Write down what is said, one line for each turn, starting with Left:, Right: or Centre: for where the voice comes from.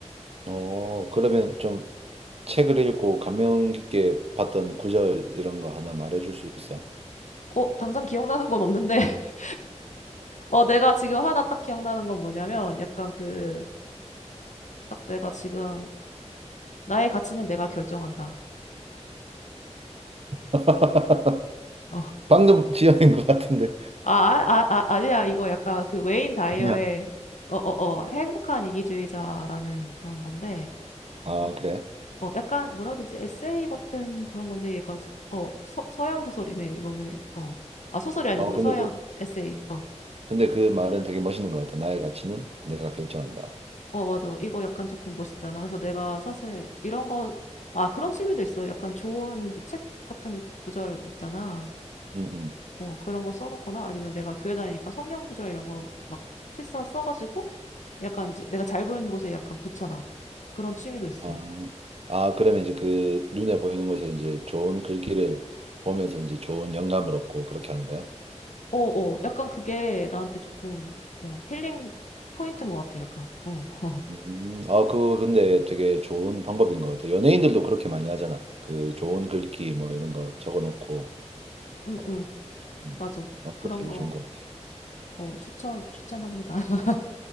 Right: 어, 그러면 좀 책을 읽고 감명 깊게 봤던 구절 이런 거 하나 말해줄 수 있어?
Left: 어, 당장 기억나는 건 없는데. <laughs> 어, 내가 지금 하나 딱 기억나는 건 뭐냐면 약간 그 딱 내가 지금 나의 가치는 내가 결정한다.
Right: <laughs>
Left: 어. 아,
Right: 방금 지어낸 것 같은데.
Left: 아, 아, 아, 아니야. 이거 약간 그 웨인 다이어의
Right: 아니야.
Left: 어, 어, 어, 행복한 이기주의자라는 그런 건데,
Right: 아,
Left: 어,
Right: 그래?
Left: 어, 약간 뭐라 해야 되지? 에세이 같은 그런 건데, 얘가 서, 어, 서, 서양 소설이네. 이거는, 어. 아, 소설이 아니고요.
Right: 어, 근데
Left: 서양
Right: 그,
Left: 에세이. 어.
Right: 근데 그 말은 되게 멋있는 것 같아. 나의 가치는 내가 결정한다.
Left: 어, 맞아. 이거 약간 조금 멋있잖아. 그래서 내가 사실 이런 거, 아, 그런 취미도 있어. 약간 좋은 그책 같은 구절 있잖아.
Right: 음, 음.
Left: 어, 그런 거 써놓거나 아니면 내가 교회 다니니까 성경 구절 이런 거 막 필사 써가지고 약간 이제 내가 잘 보이는 곳에 약간 붙여놔. 그런 취미도 있어.
Right: 아, 아, 그러면 이제 그 눈에 보이는 곳에 이제 좋은 글귀를 보면서 이제 좋은 영감을 얻고 그렇게 하는 거야?
Left: 어, 어, 약간 그게 나한테 조금 어, 힐링 포인트인 것 같아, 약간. 어, <laughs>
Right: 음, 아, 그거 근데 되게 좋은 방법인 것 같아. 연예인들도 그렇게 많이 하잖아. 그 좋은 글귀 뭐 이런 거 적어놓고,
Left: 응,
Right: 어,
Left: 응,
Right: 음,
Left: 맞아.
Right: 어, 그거
Left: 그런
Right: 되게
Left: 거
Right: 좋은 것 같아.
Left: 어, 추천, 추천합니다. <laughs>